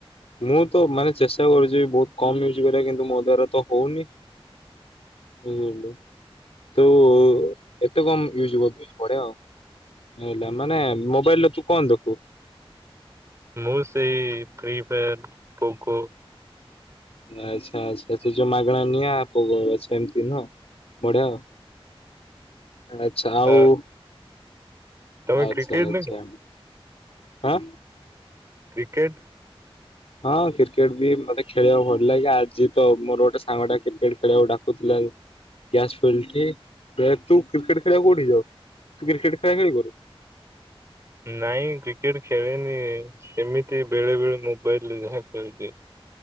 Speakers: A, on the left; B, on the right.
A: ମୁଁ ତ ମାନେ ଚେଷ୍ଟା କରୁଚି ବହୁତ୍ କମ ୟୁଜ୍ କରିବାକୁ କିନ୍ତୁ ମୋ ଦ୍ଵାରା ତ ହଉନି। <unintelligible> ତୁ ଏତେ କମ୍ ୟୁଜ୍ କରିଦଉଚୁ ବଢ଼ିଆ ଆଉ। ହେଲା, ମାନେ ମୋବାଇଲ୍ ରେ ତୁ କଣ ଦେଖୁ?
B: ମୁଁ ସେଇ ଫି ଫାୟାର ପୋକୋ।
A: ଆଚ୍ଛା ଆଚ୍ଛା ସେ ଯୋଉ ମାଗଣା ନିଆ ପୋ ସେମିତି ନୁହଁ। ବଢିଆ ଆଛା ଆଉ।
B: ଆ, ତମେ
A: ଆଚ୍ଛା
B: କ୍ରିକେଟ
A: ଆଚ୍ଛା
B: ଦେଖ
A: ଆ।
B: କ୍ରିକେଟ୍।
A: ହଁ କ୍ରିକେଟ୍ ବି ମତେ ଖେଳିବାକୁ ଭଲ ଲାଗେ ଆଜି ତ ମୋର ଗୋଟେ ସାଙ୍ଗ ଟା କ୍ରିକେଟ୍ ଖେଳିବାକୁ ଡାକୁଥିଲା। ଗ୍ୟାସ ଫିଲ୍ଡ ଠି ତୁ କ୍ରିକେଟ୍ ଖେଳିବାକୁ କୋଉଠି ଯାଉ ତୁ କ୍ରିକେଟ୍ ଖେଳା ଖେଳି କରୁ।
B: ନାଇଁ କ୍ରିକେଟ୍ ଖେଳେନି ସେମିତି ବେଳେ ବେଳେ ମୋବାଇଲରେ ଯାହା ଖେଳି ଦିଏ।